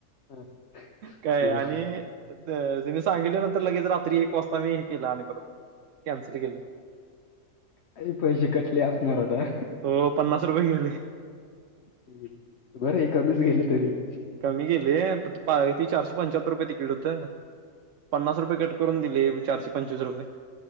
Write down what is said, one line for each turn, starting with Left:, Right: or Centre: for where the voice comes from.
Left: अं,
Right: काय
Left: देव
Right: आणि तीने सांगितले नंतर लगेच रात्री एक वाजता मी हे केलं आणि परत कॅन्सल केलं.
Left: काही पैशे कटले असणार आता
Right: हो पन्नास रुपये गेले.
Left: हं बरंय कमीच गेले तरी.
Right: कमी गेले फक्त किती, चारशे पंच्याहत्तर रुपये तिकीट होतं. पन्नास रुपये कट करून दिले, चारशे पंचवीस रुपये,